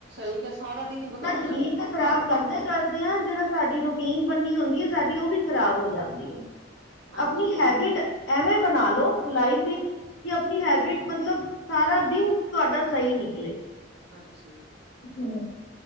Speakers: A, on the right; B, on the left.
A: ਤੇ ਕੇ ਸਾਰਾ ਦਿਨ ਈ ਬਕਾਰ
B: ਸ਼ਰੀਰ ਬੀ ਖਰਾਬ। ਕਰਦੇ- ਕਰਦੇ ਆ ਜਿੜਾ ਸਾਡੀ ਰੂਟੀਨ ਬਣੀ ਹੁੰਦੀ ਹੈ ਸਾਡੀ ਉਹ ਵੀ ਖ਼ਰਾਬ ਹੋ ਜਾਂਦੀ ਏ।
A: ਹਾਂਜੀ
B: ਆਪਣੀ ਹੈਬਿਟ ਐਵੇਂ ਬਣਾ ਲੋ ਲਾਈਫ ਵਿੱਚ ਕਿ ਆਪਣੀ
A: ਅੱਛਾ
B: ਹੈਬਿਟ ਮਤਲਬ ਸਾਰਾ ਦਿਨ ਤੁਆਡਾ ਸਈ ਨਿਕਲੇ।
A: ਅੱਛਾ ਜੀ।
B: ਹੂੰ।